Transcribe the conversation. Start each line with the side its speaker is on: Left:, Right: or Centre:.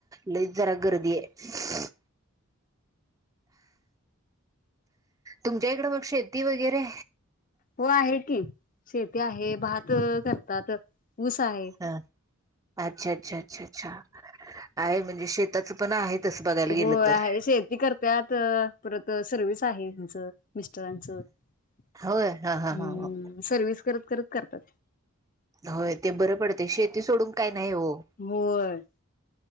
Right: लयच जरा गर्दीे आहे. तुमच्या इकडं मगं शेती वगैरे.
Left: हो आहे की शेती आहे भात करतात. ऊस आहे
Right: हा अच्छा अच्छा अच्छा अच्छा आहे म्हणजे शेताच पण आहे. तसं बघायला गेलं
Left: हो आहे
Right: तर
Left: शेती करतात परत सर्विस आहे हेंच. मिस्टरांच हम्
Right: होय हा हा हा ह
Left: सर्विस करत करत करतात.
Right: होय ते बरं पडते शेती सोडून काय नाही हो.
Left: होय